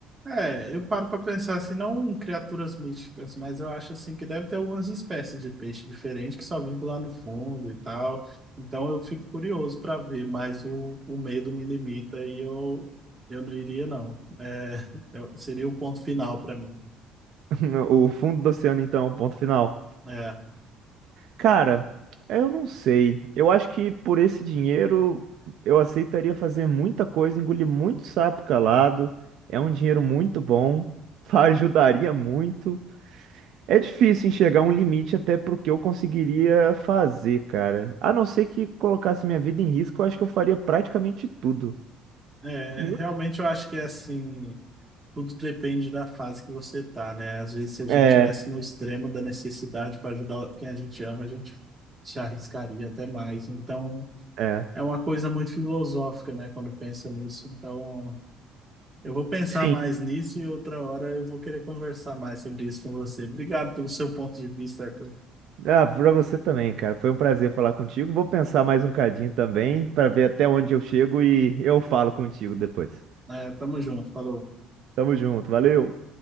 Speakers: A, on the right (about 20°); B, on the right (about 65°).
A: É, eu paro pra pensar assim, não criaturas míticas, mas eu acho assim que deve ter algumas espécies de peixe diferente que só vive lá no fundo e tal. Então eu fico curioso pra ver, mas o, o medo me limita e eu, eu não iria não. É, <laughs> eu- seria o ponto final pra mim.
B: <laughs> O fundo do oceano, então, é o ponto final.
A: É,
B: Cara, eu não sei. Eu acho que por esse dinheiro eu aceitaria fazer muita coisa, engolir muito sapo calado. É um dinheiro muito bom, <laughs> ajudaria muito. É difícil enxergar um limite até pro que eu conseguiria fazer, cara. A não ser que colocasse minha vida em risco, eu acho que eu faria praticamente tudo.
A: é,
B: Hum?
A: realmente eu acho que é assim, tudo depende da fase que você tá, né? Às vezes se a
B: É,
A: gente tivesse no extremo da necessidade para ajudar quem a gente ama, a gente se arriscaria até mais. Então
B: é.
A: é uma coisa muito filosófica, né, quando pensa nisso. Então, eu vou pensar
B: Sim.
A: mais nisso e outra hora eu vou querer conversar mais sobre isso com você. Obrigado pelo seu ponto de vista, Arthur.
B: Ah, pra você também, cara. Foi um prazer falar contigo. Vou pensar mais um cadinho também, pra ver até onde eu chego e eu falo contigo depois.
A: É, tamo junto, falou.
B: Tamo junto, valeu!